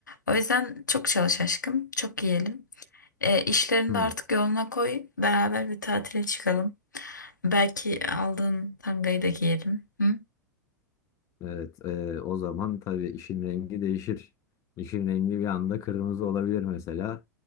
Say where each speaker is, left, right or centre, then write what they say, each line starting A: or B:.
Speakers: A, on the left; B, on the left.
A: O yüzden çok çalış aşkım çok yiyelim. E, işlerini
B: Hmm.
A: de artık yoluna koy beraber bir tatile çıkalım. Belki aldığın tangayı da giyelim. Hı?
B: Evet, e, o zaman tabii işin rengi değişir. İşin rengi bir anda kırmızı olabilir mesela.